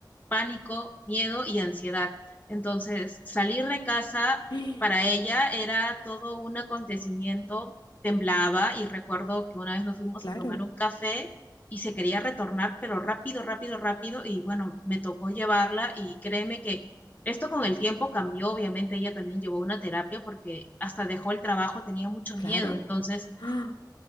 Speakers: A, on the left; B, on the left.
A: pánico, miedo y ansiedad. Entonces, salir de casa
B: <gasps>
A: para ella era todo un acontecimiento, temblaba y recuerdo que una vez nos fuimos
B: claro,
A: a tomar un café y se quería retornar, pero rápido, rápido, rápido y bueno, me tocó llevarla y créeme que esto con el tiempo cambió, obviamente ella también llevó una terapia porque hasta dejó el trabajo, tenía mucho
B: claro.
A: miedo, entonces
B: Ah,